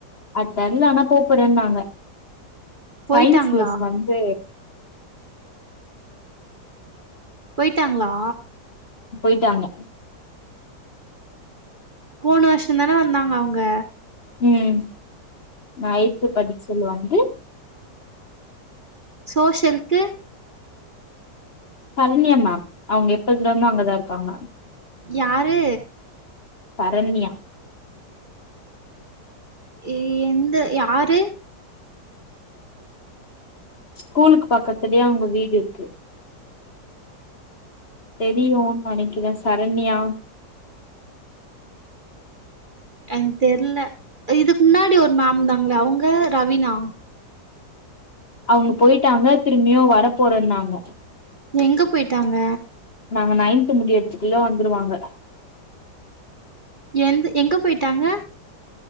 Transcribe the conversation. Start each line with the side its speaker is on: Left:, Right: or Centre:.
Left: அது தெர்ல ஆனா போப்போறேன்னாங்க
Right: போயிட்டாங்களா
Left: சயின்ஸ் மிஸ் வந்து
Right: போயிட்டாங்ளா
Left: போயிட்டாங்க
Right: போனு வருஷ தான வந்தாங்க அவ்ங்க
Left: ம் நா எய்து படிக்சொல்லு வந்து
Right: சோஷியல்கு
Left: தரண்யா மேம் அவுங்க எப்பதுல இருந்து அங்கதா இருக்காங்க
Right: யாரு
Left: தரண்யா
Right: இ எந்த யாரு
Left: ஸ்கூலுக்கு பக்கத்லயே அவுங்க வீடு இருக்கு தெரியூன் நெனக்கிற சரண்யா
Right: என் தெர்ல இதுக்கு முன்னாடி ஒரு மேம் இருந்தாங்களே அவுங்க ரவீனா
Left: அவுங்க போயிட்டாங்க திரும்பியு வர போறேன்னாங்க
Right: எங்க போயிட்டாங்க
Left: நாங்க நைன்த் முடியத்துக்குள்ள வந்துருவாங்க
Right: எந்து எங்க போயிட்டாங்க